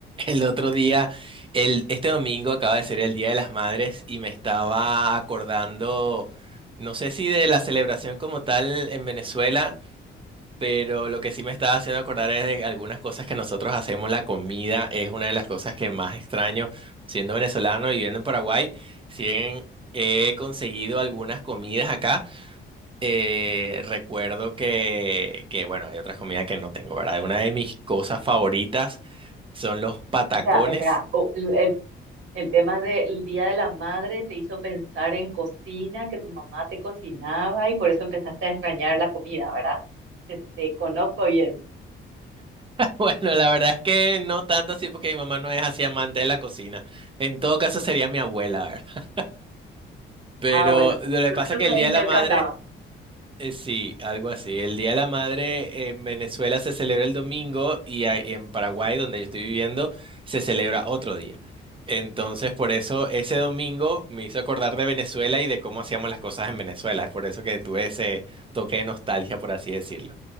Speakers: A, on the right (about 25°); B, on the right (about 70°).
A: El otro día, el, este domingo acaba de ser el Día de las Madres y me estaba acordando, no sé si de la celebración como tal en Venezuela, pero lo que sí me estaba haciendo acordar es de algunas cosas que nosotros hacemos. La comida es una de las cosas que más extraño, siendo venezolano y viviendo en Paraguay, si bien he conseguido algunas comidas acá. eh, recuerdo que, que, bueno, hay otras comidas que no tengo, ¿verdad? Una de mis cosas favoritas son los patacones
B: O sea, espera, o- el, el- el tema del Día de la Madre te hizo pensar en cocina, que tu mamá te cocinaba y por eso empezaste a extrañar la comida, ¿verdad? Este, conozco bien.
A: Bueno, la verdad es que no tanto así porque mi mamá no es así amante de la cocina. En todo caso sería mi abuela, ¿verdad? Pero
B: Ah, bueno,
A: lo
B: por
A: que
B: lo
A: pasa
B: menos
A: es que
B: por
A: el
B: ahí
A: Día de
B: cerca
A: la Madre
B: estaba.
A: eh, sí, algo así. El Día de la Madre en Venezuela se celebra el domingo y a- en Paraguay, donde yo estoy viviendo, se celebra otro día. Entonces, por eso ese domingo me hizo acordar de Venezuela y de cómo hacíamos las cosas en Venezuela. Es por eso que tuve ese toque de nostalgia, por así decirlo.